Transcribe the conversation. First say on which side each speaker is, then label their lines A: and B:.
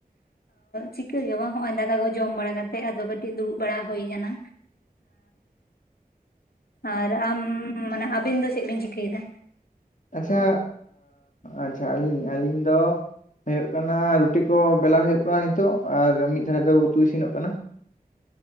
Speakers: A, on the left; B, on the left.
A: ᱪᱤᱠᱟᱹᱜ ᱜᱮ ᱵᱟᱝ ᱦᱚᱜ ᱚᱚᱭ ᱫᱟᱠᱟ ᱠᱚ ᱡᱚᱢ ᱵᱟᱲᱟ ᱠᱟᱛᱮᱜ ᱟᱫᱚ ᱠᱟᱹᱴᱤᱡ ᱫᱩᱲᱩᱵ ᱵᱟᱲᱟ ᱦᱩᱭ ᱟᱠᱟᱱᱟ ᱟᱨ ᱟᱢ ᱢᱟᱱᱮ ᱟᱵᱤᱱ ᱫᱚ ᱪᱮᱫ ᱵᱤᱱ ᱪᱤᱠᱟᱹᱭᱮᱫᱟ
B: ᱟᱪᱪᱷᱟ ᱟᱪᱪᱷᱟ ᱟ ᱟᱹᱞᱤᱧ ᱟᱹᱞᱤᱧ ᱫᱚ, ᱦᱩᱭᱩᱜ ᱠᱟᱱᱟ ᱨᱩᱴᱤ ᱠᱚ ᱵᱮᱞᱟᱣ ᱦᱩᱭᱩᱜ ᱠᱟᱱᱟ ᱱᱤᱛᱚᱜ ᱟᱨ ᱢᱤᱫ ᱫᱷᱟᱨᱮ ᱫᱚ ᱩᱛᱩ ᱤᱥᱤᱱᱚᱜ ᱠᱟᱱᱟ᱾